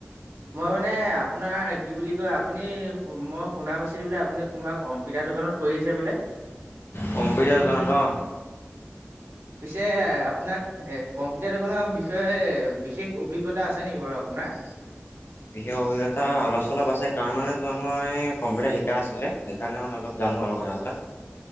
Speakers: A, on the right (about 80°); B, on the left (about 60°).
A: মই মানে আপোনাৰ কি বুলি কয় আপুনি মই শুনা পাইছিলোঁ বোলে আপুনি কোনোবা কম্পিউটাৰ দোকানত কৰি আছে বোলে।
B: কম্পিউটাৰ দোকানত অহ।
A: পিছে আপোনাক এ কম্পিউটাৰ দোকানৰ বিষয়ে বিশেষ অভিজ্ঞতা আছে নেকি বাৰু আপোনাৰ?
B: বিশেষ অভিজ্ঞতা অলপ চলপ আছে কাৰ মানে তোমাৰ মই কম্পিউটাৰ শি শিকা আছিলে সেইকাৰণে মানে অলপ জানো আৰু কথাবিলাক।